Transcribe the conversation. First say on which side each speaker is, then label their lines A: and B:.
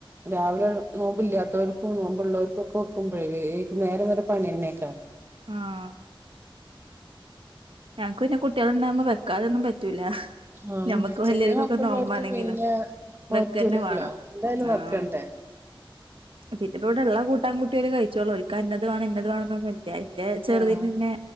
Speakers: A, on the right (about 25°); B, on the right (about 75°).
A: രാവിലെ നോമ്പില്ലാതോർക്കും നോമ്പുള്ളവർക്കും ഒക്കെ വെക്കുമ്പഴേ വേ നേരം വരെ പണിനന്നേക്കാരം
B: ആഹ ഞങ്ങക്ക് പിന്നെ കുട്ടികളുണ്ടാകുമ്പോ വെക്കാതൊന്നും പറ്റൂല
A: ആഹ്
B: നമ്മുക്കും
A: ചെറിയ
B: വല്ല്യാക്കൊക്കെ
A: മക്കളുള്ളോട്ത്ത്
B: നോബാണെങ്കിലും
A: പിന്നെ പറ്റൂലല്ലോ
B: വെക്കന്ന വേണം
A: എന്തായാലും
B: ആഹ
A: വെക്കണ്ടേ
B: പിന്നെ ഇപ്പം ഇവിടെ ഉള്ള കൂട്ടാൻ കൂട്ടി അവർ കഴിച്ചോള്ളും ഒരിക്ക അന്നത് വേണം ഇന്നത് വേണം എന്നൊന്നും ഇല്ല ചെറുതിങ്ങ്
A: ആഹ്
B: പിന്നെ